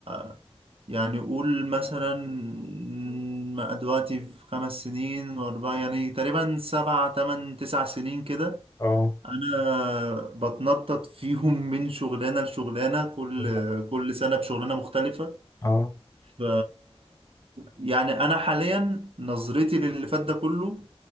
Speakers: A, on the right; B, on the left.
A: آه، يعني قول مثلا م- دلوقتي في خمس سنين واربعة يعني تقريبا سبعة تمن تسع سنين كده
B: اه
A: انا بتنطط فيهم من شغلانه لشغلانه كل
B: بالظبط.
A: كل سنه بشغلانه مختلفه
B: اه
A: ف يعني انا حاليا نظرتي للي فات ده كله